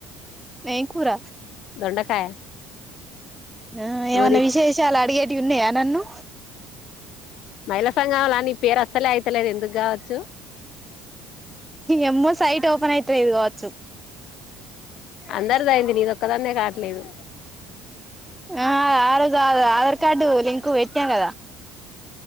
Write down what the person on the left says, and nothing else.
దొండకాయ
నువ్వు
తి
మహిళా సంఘంలా నీ పేరు అస్సలే అయితలేదు ఎందుకు కావచ్చు
అందరిది
నీది ఒక్కదాన్నే కావట్లేదు